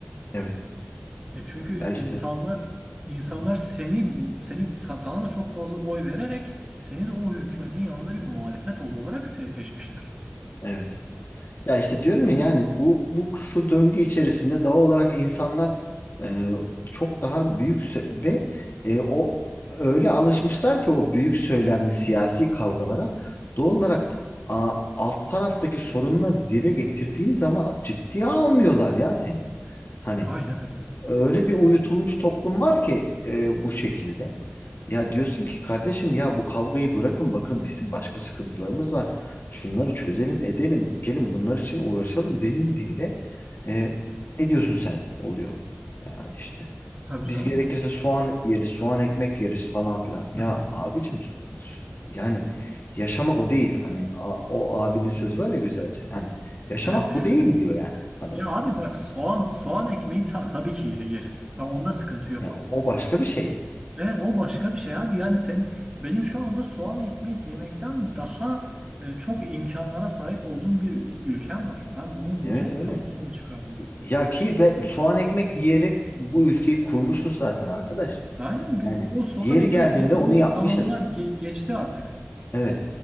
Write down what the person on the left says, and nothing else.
Evet.
Ya işte.
Hı hı.
Evet. Ya işte diyorum ya yani bu bu kısır döngü içerisinde doğal olarak insanlar e, çok daha büyük sö- ve e, o öyle alışmışlar ki o büyük söylemli siyasi kavgalara doğal olarak a, alt taraftaki sorunları dile getirdiğin zaman ciddiye almıyorlar ya seni. Hani
öyle bir uyutulmuş toplum var ki e, bu şekilde.
Ya diyorsun ki kardeşim ya bu kavgayı bırakın bakın bizim başka sıkıntılarımız var. Şunları çözelim edelim gelin bunlar için uğraşalım denildiğinde e, ne diyorsun sen oluyor. Ya işte
biz
gerekirse soğan yeriz soğan ekmek yeriz falan filan. Ya
abicim s- yani yaşamak o değil. Hani a- o abinin sözü var ya güzelce. Yani yaşamak
bu değil diyor yani adam.
Ya o başka bir şey.
Evet
öyle.
Ya ki be, soğan ekmek yiyerek bu ülkeyi kurmuşuz zaten arkadaş.
Yani
yeri
geldiğinde
onu yapmışız.
Evet.